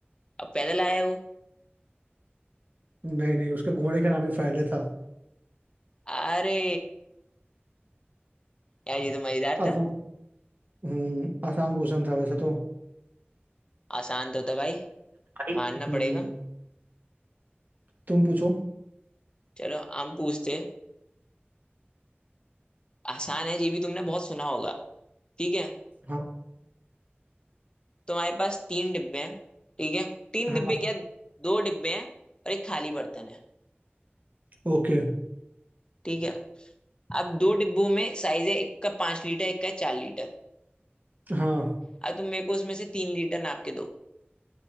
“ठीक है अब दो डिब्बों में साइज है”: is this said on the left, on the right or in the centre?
Left